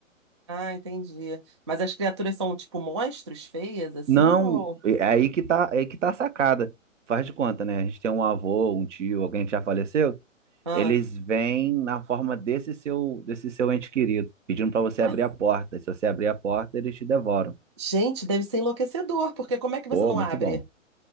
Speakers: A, on the right; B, on the right.
A: Ah, entendi. Mas as criaturas são, tipo, monstros feias, assim?
B: Não,
A: Ou...
B: é é aí que tá, é aí que tá a sacada. Faz de conta, né? A gente tem um avô, um tio, alguém que já faleceu.
A: Ah.
B: Eles vêm na forma desse seu, desse seu ente querido, pedindo pra você abrir
A: Ah,
B: a porta. Se você abrir a porta, eles te devoram.
A: gente, deve ser enlouquecedor, porque como é que você
B: Pô,
A: não
B: muito
A: abre?
B: bom.